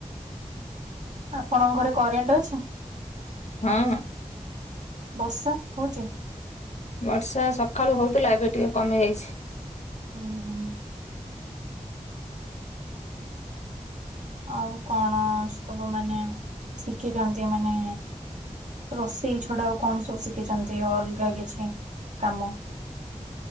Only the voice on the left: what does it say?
ହଁ
ବର୍ଷା ସକାଳୁ ହଉଥିଲା ଏବେ ଟିକେ କମି ଯାଇଛି।